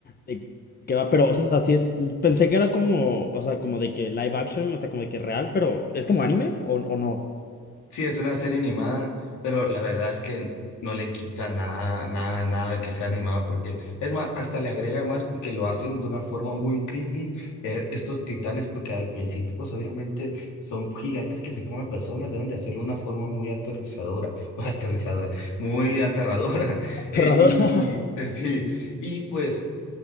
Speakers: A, on the left; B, on the left.
A: de qué va, pero, o sea, sí es, pensé que era como, o sea, como de que live action, o sea, como de que real, pero ¿es como anime o, o no?
B: Sí, es una serie animada, pero la verdad es que no le quita nada, nada, nada que sea animada, porque es más, hasta le agrega más porque lo hacen de una forma muy creepy, eh, estos titanes, porque al principio, pues obviamente son gigantes que se comen personas, deben de hacerlo de una forma muy aterrizadora, <laughs> o aterrizadora, muy aterradora. <laughs>
A: Aterradora.
B: eh, y
A: <laughs>
B: eh, sí, y pues